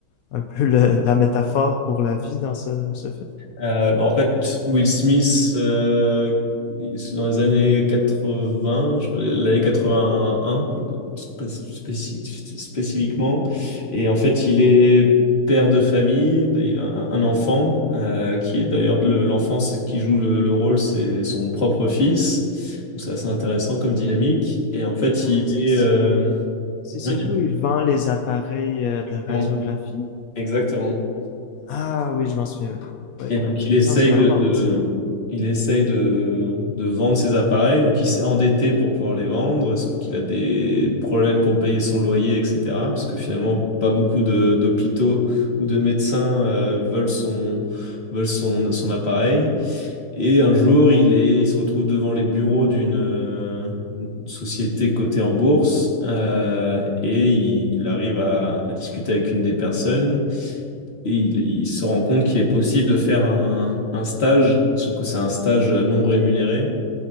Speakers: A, on the left; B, on the left.
A: un peu le- la métaphore pour la vie dans ce, ce film?
B: Euh, en fait, Will Smith, euh, c'est dans les années 80, je crois, l'année 81 spé- spéci- spécifiquement. Et en fait, il est père de famille, il a un un enfant, euh, qui est d'ailleurs le- l'enfant qui joue le, le rôle, c'est son propre fils. Donc, c'est assez intéressant comme dynamique. Et en fait,
A: Ah,
B: il
A: est-ce
B: est...
A: que c'est
B: euh,
A: c'est celui
B: ouais, tu-
A: où il vend les appareils euh, de radiographie?
B: non, Exactement.
A: Ah, oui, je m'en souviens maintenant. Oui,
B: Et donc,
A: oui, oui.
B: il essaye
A: Non, c'est vraiment
B: de, de-
A: excellent.
B: il essaye de, de vendre ses appareils. Donc, il s'est endetté pour pouvoir les vendre, sauf qu'il a des problèmes pour payer son loyer, etc. Parce que finalement, pas beaucoup de- d'hôpitaux ou de médecins euh, veulent son, veulent son, son appareil. Et un jour, il est, il se retrouve devant les bureaux d'une euh, une société cotée en bourse euh, et il arrive à à discuter avec une des personnes et il, il se rend compte qu'il est possible de faire un, un stage, sauf que c'est un stage non rémunéré.